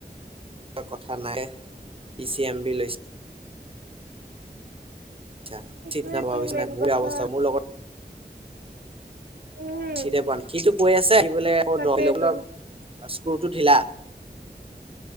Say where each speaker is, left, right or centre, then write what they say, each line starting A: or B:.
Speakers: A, on the right (about 35°); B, on the right (about 70°).
A: <inaudible> কথা নাই পি চি এম বি লৈছে। <unintelligible>
B: সেইটোয়েতো
A: অৱস্থা
B: মেইন কথা
A: মোৰ লগত
B: উম
A: <unintelligible> সিটো কৈ আছে <unintelligible>
B: তাকেইতো
A: ক্ৰুটো ঢিলা।